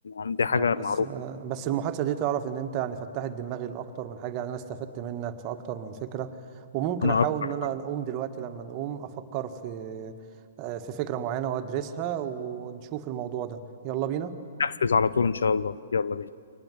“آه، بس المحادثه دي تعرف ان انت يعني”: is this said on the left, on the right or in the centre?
Right